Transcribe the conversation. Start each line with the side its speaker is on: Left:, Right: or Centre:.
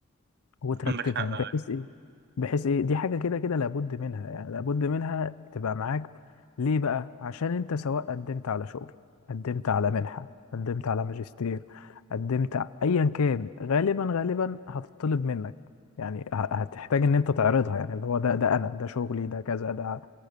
Left: وترتبهم
Right: <laughs> عندك حق آه،
Left: بحيث ايه بحيث ايه دي حاجه كده كده لابد منها يعني لابد منها تبقى معاك ليه بقى عشان انت سواء قدمت على شغل قدمت على منحه قدمت على ماجستير قدمت ع- ايا كان غالبا غالبا هتطلب منك يعني ه- هتحتاج ان انت تعرضها يعني اللي هو ده ده انا ده شغلي ده كذا ده